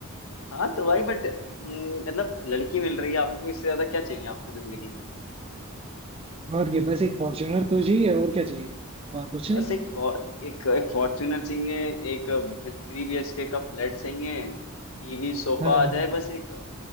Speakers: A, on the left; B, on the right.
A: हाँ तो भाई बट मतलब लड़की मिल रही है आपको इससे ज्यादा क्या चाहिए आपको जिंदगी
B: और ये बस एक फॉर्च्यूनर तो चाहिए और क्या चाहिए और कुछ
A: बस
B: नहीं
A: एक फॉर एक एक फॉर्च्यूनर चाहिए एक थ्री बीएचके का फ्लैट चाहिए टीवी सोफा
B: हाँ
A: आ जाए बस एक